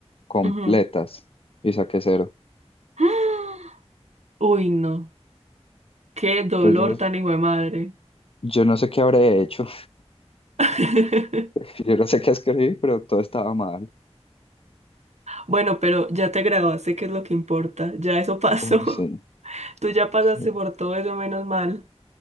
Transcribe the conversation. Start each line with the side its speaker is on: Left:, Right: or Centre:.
Left: completas
Right: Ujú.
Left: y saqué cero.
Right: <gasps> Uy, no, qué dolor
Left: Entonces
Right: tan
Left: yo
Right: hijo de madre.
Left: Yo no sé qué habré hecho,
Right: <laughs>
Left: <laughs> yo no sé qué escribí, pero todo estaba mal.
Right: Bueno, pero ya te graduaste, que es lo que importa, ya eso pasó.
Left: Uy, sí,
Right: <laughs> Tú ya pasaste
Left: sí.
Right: por todo eso, menos mal.